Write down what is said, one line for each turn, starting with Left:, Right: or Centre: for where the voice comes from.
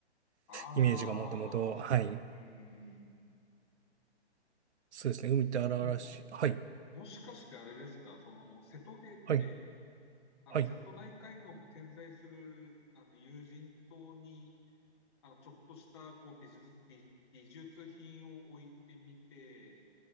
Left: ああ、
Right: イメージがもともと、
Left: そうん。
Right: はい。そうですね。海って荒々しい。
Left: あれも、
Right: はい。
Left: もしかしてあれですか、その、瀬戸芸って、
Right: はい。
Left: あの、
Right: はい。
Left: 瀬戸内海の点在する、あの、友人島にあの、ちょっとした、こう、美術、美、美術品を置いてみて、